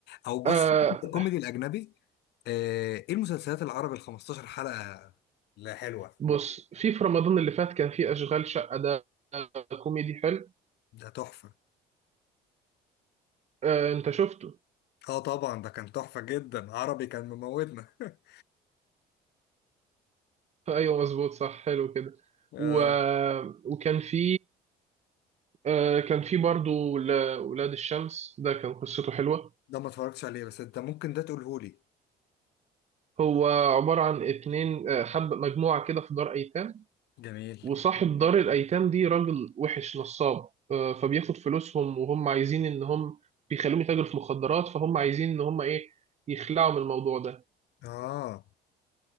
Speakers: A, on the left (about 80°); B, on the right (about 40°).
A: او بص
B: آه،
A: الكوميدي الاجنبي آه، ايه المسلسلات العربي ال 15 حلقة لا حلوة
B: بص في في رمضان اللي فات كان في اشغال شقه ده كوميدي حلو
A: ده تحفة
B: آه انت شفته
A: اه طبعا ده كان تحفة جدا عربي كان مموتنا <laughs>
B: ايوه مظبوط صح حلو كده
A: آه،
B: و... وكان في آه كان في برضو ولا- ولاد الشمس ده كان قصته حلوه
A: ده ما اتفرجتش عليه بس انت ممكن ده تقولهولي
B: هو عباره عن اتنين آه، حب مجموعه كده في دار ايتام
A: جميل
B: وصاحب دار الايتام دي راجل وحش نصاب آه فبياخد فلوسهم وهم عايزين ان هم بيخلوهم يتاجروا في مخدرات فهم عايزين ان هم ايه يخلعوا من الموضوع ده
A: اه